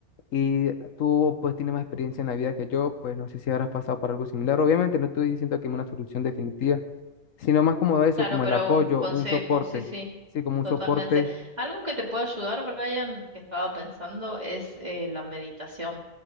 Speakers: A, on the left (about 65°); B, on the right (about 30°).
A: Y tú pues tienes más experiencia en la vida que yo, pues no sé si habrás pasado por algo similar. Obviamente no estoy diciendo que hay una solución definitiva, sino más como eso,
B: Claro,
A: como
B: pero
A: el apoyo,
B: un consejo,
A: un soporte.
B: sí, sí.
A: Sí, como un
B: Totalmente.
A: soporte,
B: Algo que te puede ayudar, Brian, que estaba pensando, es eh, la meditación.